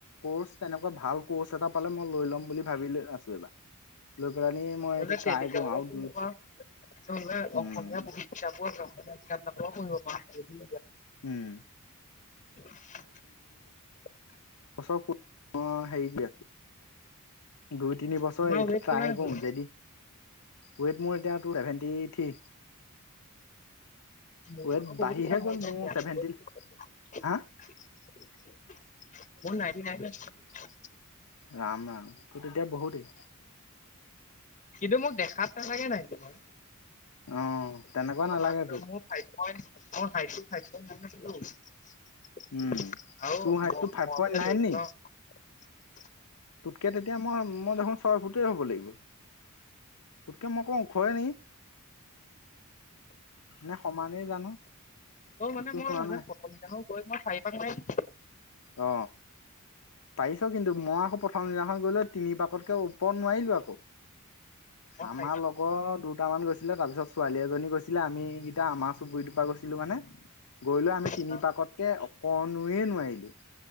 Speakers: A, on the left; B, on the left.
A: কৰ্চ তেনেকুৱা ভাল কৰ্চ এটা পালে মই লৈ ল'ম বুলি ভাবি আছো এইবাৰ। লৈ পেলানি মই
B: নহলে
A: এইটো
B: টেলিগ্ৰামৰ
A: ট্ৰাই কৰো আৰু
B: পৰা পঢ়িব
A: দুই
B: পাৰ। নহলে
A: উম
B: আসমীয়া বহি কিতাপবোৰ <unintelligible> <unintelligible> পঢ়িব পাৰ যদি
A: উম
B: <unintelligible>
A: <unintelligible> হেৰিকে দুই তিনি বছৰ
B: তোমাৰ
A: এইটো
B: ৱেট
A: ট্ৰাই
B: কিমান আছিল?
A: কৰোঁ, জেদী ৱেইট মোৰ এতিয়া টোৰ চেভেটি থ্ৰী।
B: মোৰ
A: ৱেইট
B: ভাগৰ বহুত
A: বাঢ়িহে
B: আছে মোৰ
A: গ'ল
B: এতিয়া
A: ছেভেন্টি
B: নিৰানব্বৈ
A: হা
B: <unintelligible> মোৰ নাইন টি নাইন আছে।
A: ৰাম, ৰাম। তোৰো তেতিয়া বহুতেই।
B: কিন্তু মোক দেখাত নালাগে নাই তোমাৰ।
A: অ। তেনেকুৱা
B: মোৰ ফাইফ
A: নালাগে তোক,
B: মোৰ হাইটটো ফাইভ পইন নাইন আছিলে অও। আৰু
A: উম। তোৰ হাইটটো
B: ম-মই
A: ফাইভ পইণ্ট
B: বোলে
A: নাইন
B: দৌৰিব
A: নি?
B: <unintelligible>
A: তোতকে তেতিয়া মই-মই দেখোন ছয় ফুটে হ'ব লাগিব। তোতকে মই অকন ওখই নিকি? নে সমানেই জানো?
B: ত মানে
A: জোখটো
B: মই
A: চোৱা নাই।
B: প্ৰথম দিনা গৈ মই চাৰি পাক মাৰি
A: অ, পাৰিছ কিন্তু। মই আকৌ প্ৰথম দিনাখন গৈ লৈ তিনি পাকত কে ওপৰত নোৱাৰিলো আকৌ।
B: মই
A: আমাৰ লগত দুটামান গৈছিল। আছিলে তাৰপিছত ছোৱালী এজনী গৈছিলে। আমি গিতা আমাৰ চুবুৰিটোৰ পৰা গৈছিলো মানে। গৈ লৈ আমি
B: চাৰিপাক
A: তিনি পাকতকে অকণোৱে নোৱাৰিলো।